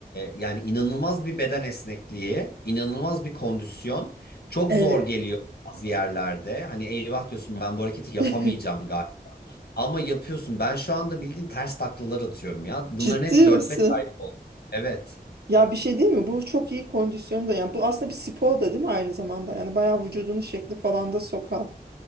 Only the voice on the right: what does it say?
Evet.
<laughs>
Ciddi
misin?
Ya bir şey değil mi? Bu çok iyi kondisyonda yani bu aslında bir spor da değil mi aynı zamanda? Yani bayağı vücudunu şekli falan da sokar.